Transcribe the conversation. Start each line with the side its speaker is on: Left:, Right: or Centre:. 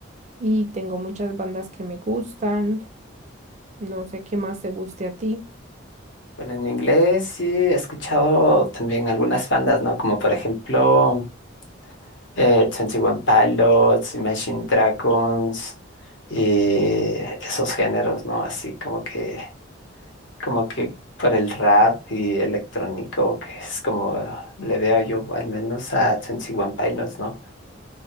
Right: Y tengo muchas bandas que me gustan. No sé qué más te guste a ti.
Left: bueno, en inglés sí he escuchado también algunas bandas, ¿no? Como por ejemplo eh, twenty One Pilots, Imagine Dragons y esos géneros, ¿no? Así como que, como que por el rap y electrónico, que es como le veo yo al menos a Twenty One Pilots, ¿no?